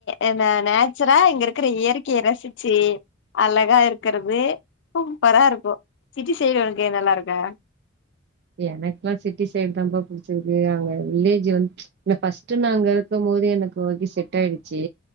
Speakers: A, on the left; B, on the right.
A: என்ன நேச்சுரா இங்க இருக்குற இயற்கைய ரசிச்சி அழகா இருக்கறது சூப்பரா இருப்போ சிட்டி சைடு உனக்கு நல்லா இருக்கா
B: எனக்குல்லா சிட்டி சைட்டுதாம்ப புடிச்சிருக்கு அங்க வில்லேஜ்ஜூ வந்து ஃபர்ஸ்ட்டு நாங்க இருக் இருக்கும் போது எனக்கு ஓகே செட்டாயிடுச்சி